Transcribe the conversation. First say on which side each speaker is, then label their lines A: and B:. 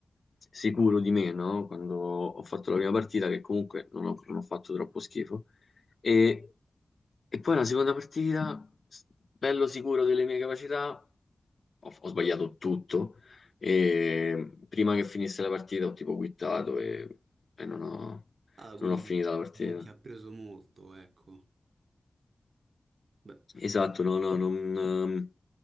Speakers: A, on the left; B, on the right.
A: sicuro di me, no? Quando ho fatto la prima partita, che comunque non ho, non ho fatto troppo schifo. E, e poi la seconda partita, s- bello sicuro delle mie capacità, ho, ho sbagliato tutto e prima che finisse la partita ho tipo quittato e, e non ho,
B: Ah, quindi
A: non ho finito la partita.
B: non ti ha preso molto, ecco. Beh,
A: Esatto, no, no, non, ehm,